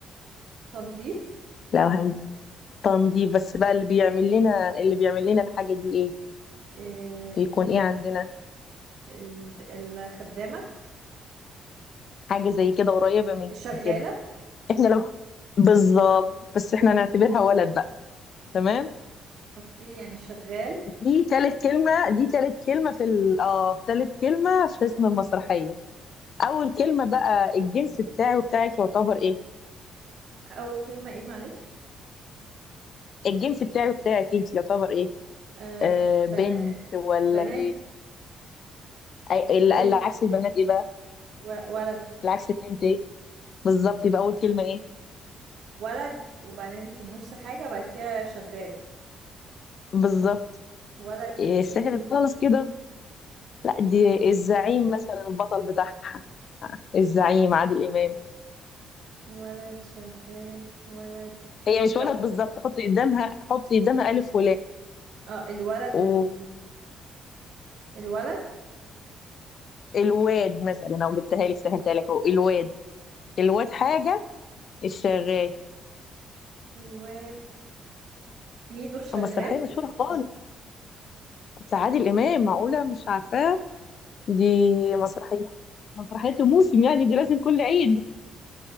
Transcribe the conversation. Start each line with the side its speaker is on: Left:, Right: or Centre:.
Right: تنظيف
Left: لو هن تنظيف بس بقى اللي بيعمل لنا اللي بيعمل لنا الحاجة دي إيه
Right: آه
Left: بيكون
Right: ال...
Left: إيه عندنا
Right: ال... الخدامة
Left: حاجة زي كده قريبة من
Right: الشغالة
Left: كده إحنا لو بالظبط بس إحنا نعتبرها ولد بقى تمام
Right: اوكي يعني شغال
Left: دي تالت كلمة دي تالت كلمة في ال... اه في تالت كلمة في اسم المسرحية أول كلمة بقى الجنس بتاعي وبتاعك يعتبر إيه؟
Right: أول كلمة ايه معلش
Left: الجنس بتاعي وبتاعك أنت يعتبر إيه؟
Right: آه
Left: آه
Right: بنا...
Left: بنت ولا
Right: بنات
Left: إيه؟ أي- ال-
Right: بنت
Left: اللي عكس البنات إيه بقى؟
Right: و- ولد
Left: اللي عكس البنت إيه؟ بالظبط يبقى أول كلمة إيه؟
Right: ولد وبعدين في النص حاجة بعد كده شغال
Left: بالظبط
Right: ولد في
Left: إيه سهلت خالص كده لا دي
Right: و...
Left: الزعيم مثلا البطل بتاعها الزعيم عادل إمام
Right: ولد شغال ولد في
Left: هي مش
Right: طب
Left: ولد بالظبط حطي قدامها حطي قدامها ألف
Right: اه الولد
Left: ولام
Right: ال... الولد
Left: الواد مثلا او جبتها لك سهلتها لك اهو الواد الواد حاجه الشغال
Right: الواد ميدو الشغال
Left: مسرحيه مشهوره
Right: <laughs>
Left: خالص بتاع عادل امام معقوله مش عارفاه دي مسرحيه مسرحيه الموسم يعني دي لازم كل عيد